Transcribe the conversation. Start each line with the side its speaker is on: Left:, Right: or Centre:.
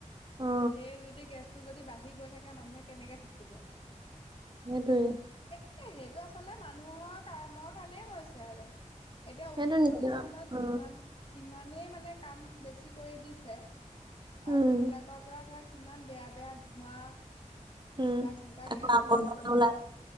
Right: অ
Left: সেই যদি গেছটো যদি বাঢ়ি গৈ থাকে মানুহে কেনেকে থাকিব
Right: সেইটোৱেই
Left: এ সেইটো আচলতে মানুহৰ কামৰ কাৰণেই হৈছে আৰু এতিয়া
Right: সেইটো
Left: উদ্যোগ
Right: নিজৰ
Left: প্ৰতিষ্ঠানত
Right: অ
Left: ইমান ইমানেই মানে কাম বেছি কৰি দিছে
Right: উম
Left: আৰু সেইবিলাকৰ পৰা ধৰা কিমান বেয়া বেয়া ধোঁৱা
Right: উম
Left: বা তেনেকুৱা
Right: আকৌ
Left: গেছ
Right: আৱৰ্জনা
Left: নিৰ্গমন
Right: ওলাই
Left: হৈছে